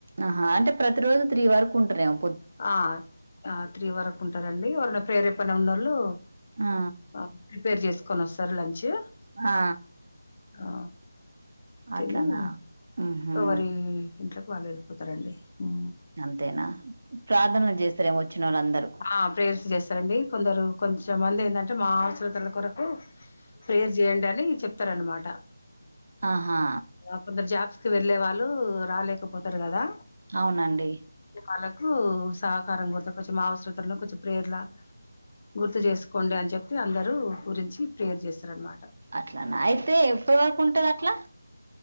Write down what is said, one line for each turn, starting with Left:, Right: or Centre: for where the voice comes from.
Right: ఆహా అంటే ప్రతి రోజు త్రీ వరకు ఉంటునేం
Left: ఆ ఆ త్రీ వరకు ఉంటారండి. ఎవరిన ప్రేరే పని ఉన్నళ్ళు
Right: ఆ,
Left: అ ప్రిపేర్ చేసుకు కొనొస్తారి లంచ్కి
Right: ఆ
Left: ఆ తిని
Right: అట్లానా ఉహుం,
Left: ఒకవరి ఇంట్లోకి వాళ్ళు వెళ్ళిపోతారండి ఉ
Right: అంతేనా ప్రార్థనలు చేస్తారేమో వచ్చిన వాళ్ళందరూ
Left: ఆ ప్రేర్ చేస్తారండి కొందరు కొంచెమంది ఏందంటే మా అవసరతల కొరకు ప్రేయర్ చేయండి. అని చెప్తారనమాట.
Right: ఆహా
Left: కాపోతే జాబ్స్ వెళ్ళే వాళ్ళు రాలేకపోతారు కదా
Right: అవునండి.
Left: వాళ్ళకు సహకారం గుర్తుకొచ్ మాస తలో కొంచెం ప్రేర్లా గుర్తు చేసుకోండి అని చెప్పి అందరు గురించి ప్రేయర్ చేస్తారనమాట్
Right: అట్ల నా అయితే ఎప్పటి వరకు ఉంటది అట్లా